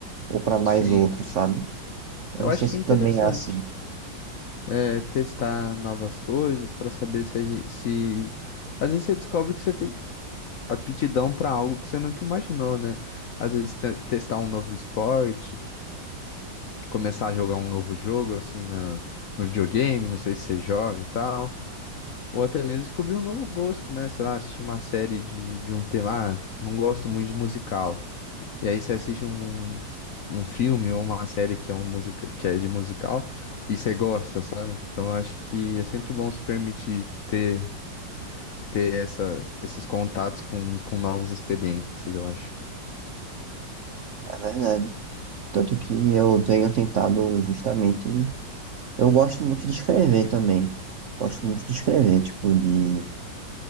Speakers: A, on the right (about 65°); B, on the left (about 65°).
A: ou para mais
B: Sim.
A: outro, sabe? Eu
B: Eu
A: não sei
B: acho
A: se
B: que é interessante.
A: também é assim,
B: é, testar novas coisas para saber se, a gente, se às vezes você descobre que você tem aptidão para algo que você nunca imaginou, né? Às vezes te- testar um novo esporte, começar a jogar um novo jogo assim na, no videogame, não sei se você joga e tal, ou até mesmo descobrir um novo gosto, né? Sei lá, assistir uma série de, de um tema, ah, não gosto muito de musical. E aí você assiste um, um filme ou uma série que é, um musica, que é de musical e você gosta, sabe? Então eu acho que é sempre bom se permitir ter, ter essas, esses contatos com, com novas experiências, eu acho.
A: é verdade. Tanto que eu tenho tentado justamente. Eu gosto muito de escrever também. Gosto muito de escrever, tipo, de